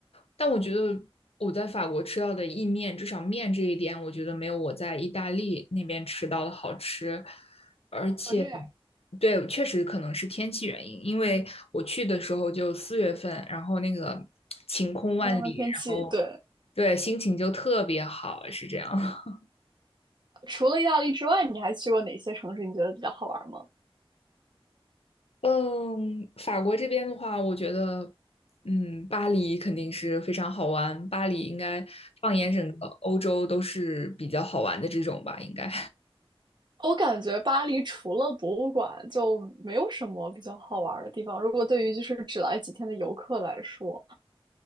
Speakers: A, on the left (about 80°); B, on the right (about 50°).
A: 但我觉得我在法国吃到的意面，至少面这一点，我觉得没有我在意大利那边吃到的好吃。而且，
B: <laughs> 我这样，
A: 对，确实可能是天气原因，因为我去的时候就四月份，然后那个晴空万里，
B: 然后呢，天气对。
A: 然后对，心情就特别好，是这样。<laughs>
B: 除了意大利之外，你还去过哪些城市？你觉得比较好玩吗？
A: 嗯，法国这边的话，我觉得，嗯，巴黎肯定是非常好玩，巴黎应该放眼整个欧洲都是比较好玩的这种吧，应该。
B: 我感觉巴黎除了博物馆，就没有什么比较好玩的地方。如果对于就是只来几天的游客来说，